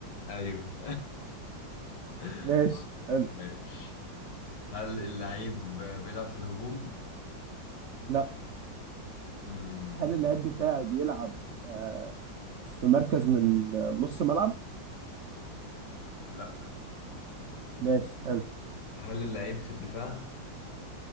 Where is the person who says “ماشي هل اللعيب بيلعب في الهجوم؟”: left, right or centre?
Left